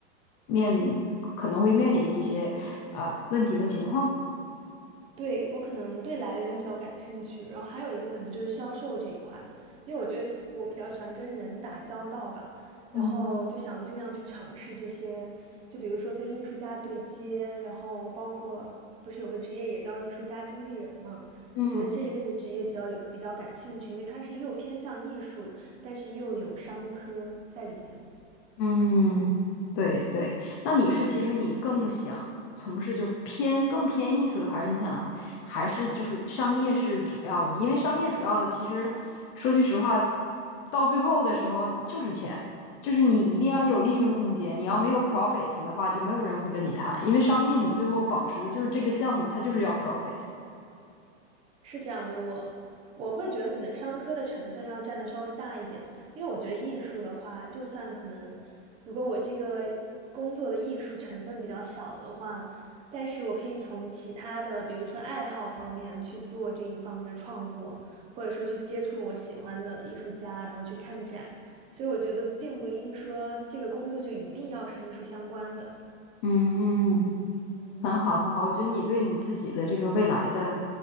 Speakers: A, on the left (about 20°); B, on the right (about 15°).
A: 面临可能会面临的一些啊、呃问题和情况。
B: 对，我可能对来源比较感兴趣，然后还有一个可能就是销售这一块，因为我觉得我比较喜欢跟人打交道吧，
A: 嗯
B: 然后就想尽量去尝试这些，就比如说跟艺术家对接，然后包括不是有个职业也叫艺术家经纪人嘛，
A: 嗯。
B: 就觉得这一类的职业比较有比较感兴趣，因为它是又偏向艺术，但是又有商科在里面。
A: 嗯，对对，那你是其实你更想从事就是偏更偏艺术的，还是你想还是就是商业是主要的呢？因为商业主要的其实说句实话，到最后的时候就是钱，就是你一定要有利润空间，你要没有 profit 的话，就没有人会跟你谈，因为商业你最后保持的就是这个项目，它就是要 profit。
B: 是这样的，我我会觉得可能商科的成分要占的稍微大一点，因为我觉得艺术的话，就算可能如果我这个工作的艺术成分比较小的话，但是我可以从其他的，比如说爱好方面去做这一方面的创作，或者说去接触我喜欢的艺术家，然后去看展，所以我觉得并不一定说这个工作就一定要是艺术相关的。
A: 嗯嗯。
B: 嗯，
A: 很好，很好。我觉得你对你自己的这个未来的